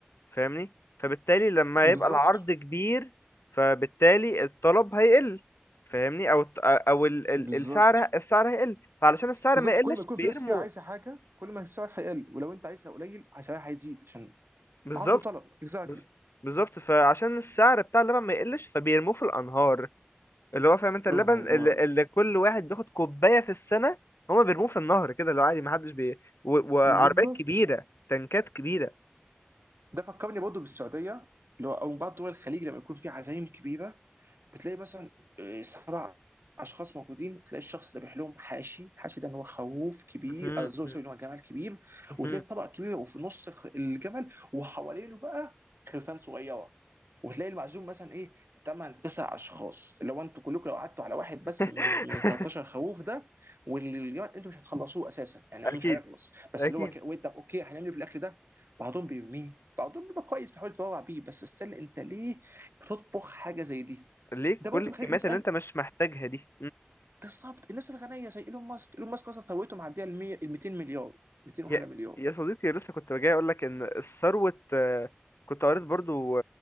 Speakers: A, on the left (about 85°); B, on the right (about 75°).
A: فاهمني فبالتالي لما
B: بالظبط
A: يبقى العرض كبير فبالتالي الطلب هيقل فاهمني او الت- او ال- ال-
B: بالظبط
A: السعر السعر هيقل فعلشان السعر
B: بالظبط
A: ما يقلش
B: كل ما يكون
A: بيرموا
B: في ناس كتير عايزه حاجه كل ما السعر هيقل ولو انت عايزها قليل سعرها هيزيد عشان
A: بالظبط
B: عرض وطلب اكزاكتلي
A: بز- بالظبط فعشان السعر بتاع اللبن ما يقلش فبيرموه في الانهار اللي هو فاهم انت اللبن
B: اوه ماي
A: اللي,
B: جاد
A: اللي كل واحد بياخد كوبايه في السنه هما بيرموه في النهر كده اللي هو عادي ما حدش بي و... وعربيات
B: بالظبط
A: كبيره تنكات كبيره
B: ده فكرني برضه بالسعوديه اللي هو او بعض دول الخليج لما يكون في عزايم كبيره بتلاقي مثلا آه، سبع اشخاص موجودين وتلاقي الشخص ده بيحلهم حاشي حاشي ده ان هو خروف كبير
A: مهم،
B: آه، سوري
A: مهم،
B: سوري ان هو جمل كبير
A: مهم.
B: وتلاقي الطبق كبير وفي نص الخ- الجمل وحوالينه بقى خرفان صغيره وتلاقي المعزوم مثلا ايه 8 9 اشخاص لو انتوا كلكم لو قعدتوا على واحد بس
A: <laughs>
B: من من ال 13 خروف ده والجمل انتوا مش هتخلصوه اساسا يعني
A: اكيد
B: مش هيخلص بس
A: اكيد
B: اللي هو ك... وإيه، طب اوكي هنعمل ايه بالاكل ده بعضهم بيرميه بعضهم بيبقى كويس بيحاول يتبرع بيه بس استنى انت ليه بتطبخ حاجه زي دي
A: ليه
B: ده
A: كل
B: برضه
A: الكميات
B: بيخليك نسال
A: اللي انت مش محتاجها دي
B: بالظبط الناس الغنيه زي ايلون ماسك ايلون ماسك مثلا ثروته معديه ال 100 ال 200 مليار 200 وحاجه
A: يا
B: مليار
A: يا صديقي لسه كنت جاي اقول لك ان ثروه آه، كنت قريت برضو